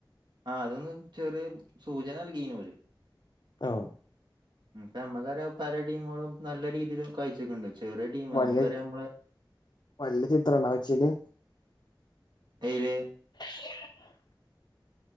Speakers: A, on the right; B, on the left.
A: ആ അതൊന്ന് ചെറിയ സൂചന നൽകീന പോര്
B: ആഓ
A: പ അമ്മക്കാര പല ടീമുകളും നല്ല രീതിയിൽ കഴച്ചൊക്കുണ്ട ചെറിയ ടീം
B: വല്യ
A: നമുക്കറിയാം നമ്മള
B: വല്യ ചിത്രണോ വെച്ചീന്
A: അയിര്
B: <unintelligible>